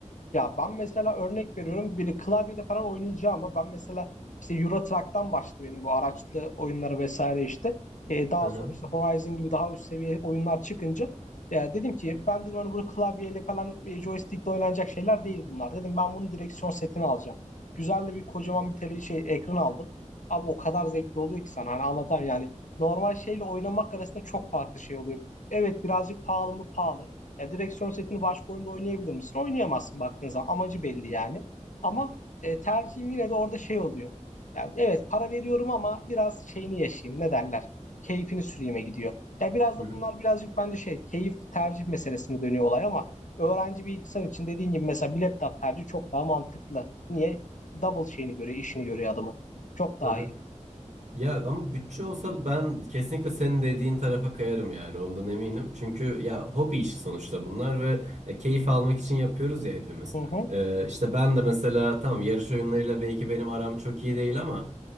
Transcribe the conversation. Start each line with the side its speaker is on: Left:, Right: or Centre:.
Left: Ya ben mesela örnek veriyorum biri klavyede falan oynayacağım ama ben mesela işte Euro Truck'tan başladı benim bu araçlı oyunları vesaire işte. Ee, daha
Right: Hı hı.
Left: sonra işte Horizon gibi daha üst seviye oyunlar çıkınca ya dedim ki ben dedim hani bunu klavyeyle falan e, joystickle oynanacak şeyler değil bunlar. Dedim ben bunu direksiyon setini alacağım. Güzel de bir kocaman bir tele şey ekran aldım. Abi o kadar zevkli oluyor ki sana hani anlatamam yani. Normal şeyle oynamak arasında çok farklı şey oluyor. Evet birazcık pahalı mı pahalı. Ya direksiyon setini başka oyunda oynayabilir misin? Oynayamazsın baktığın zaman. Amacı belli
Right: Hı
Left: yani. Ama e, tercihim yine de orada şey oluyor. Ya, evet para veriyorum ama biraz şeyini yaşayayım. Ne derler? Keyfini süreyime gidiyor. Ya biraz
Right: hı.
Left: da bunlar birazcık bence şey keyif tercih meselesine dönüyor olay ama öğrenci bir insan için dediğin gibi mesela bir laptop tercihi çok daha mantıklı. Niye? Double şeyini görüyor, işini görüyor adamı. Çok daha
Right: Hı hı.
Left: iyi.
Right: Ya ama bütçe olsa ben kesinlikle senin dediğin tarafa kayarım yani ondan eminim. Çünkü ya hobi işi sonuçta bunlar ve ya keyif almak için yapıyoruz ya hepimiz.
Left: Hı hı.
Right: Ee, işte ben de mesela tamam yarış oyunlarıyla belki benim aram çok iyi değil ama